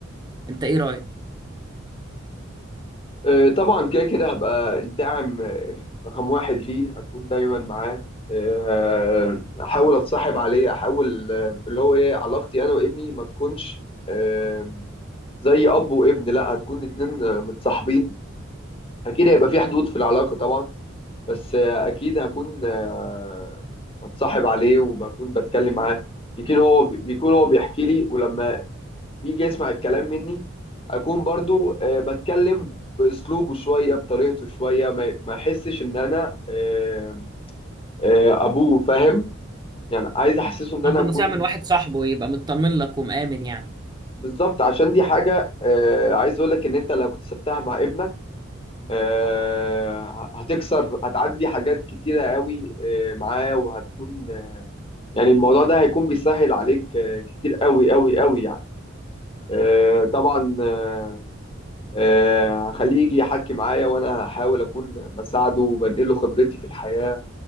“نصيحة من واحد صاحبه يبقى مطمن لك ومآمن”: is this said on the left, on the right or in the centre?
Right